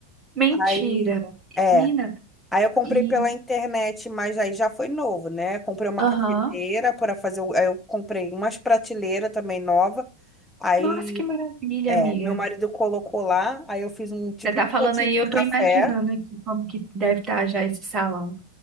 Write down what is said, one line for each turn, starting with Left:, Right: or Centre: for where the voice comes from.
Right: mentira.
Centre: Aí, é.
Right: Menina,
Centre: Aí eu comprei
Right: e,
Centre: pela internet, mas aí já foi novo, né? Comprei uma
Right: aham,
Centre: cafeteira para fazer. o- Aí eu comprei umas prateleiras também nova. Aí,
Right: Nossa, que maravilha,
Centre: é,
Right: amiga.
Centre: meu marido colocou lá. Aí eu fiz um tipo
Right: Você tá
Centre: um
Right: falando
Centre: potinho
Right: aí,
Centre: de
Right: eu
Centre: café.
Right: tô imaginando aqui como que deve estar já esse salão.